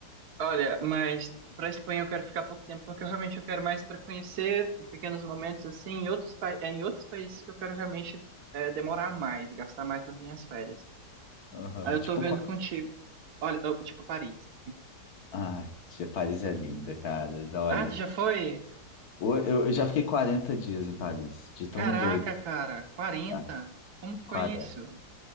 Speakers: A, on the right (about 65°); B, on the left (about 65°).
A: Olha, mas para Espanha eu quero ficar pouco tempo, porque eu realmente eu quero mais para conhecer pequenos momentos assim, em outros, pa- é, em outros países que eu quero realmente é, demorar mais, gastar mais as minhas férias.
B: Aham,
A: Aí eu
B: Tipo,
A: tô vendo
B: qual?
A: contigo. Olha, eu- tipo Paris.
B: Ah, tia, Paris é linda, cara. Olha,
A: Ah, tu já foi?
B: eu, eu eu já fiquei 40 dias em Paris, de tão
A: Caraca,
B: doido.
A: cara, quarenta?
B: Tá?
A: Como foi
B: 40.
A: isso?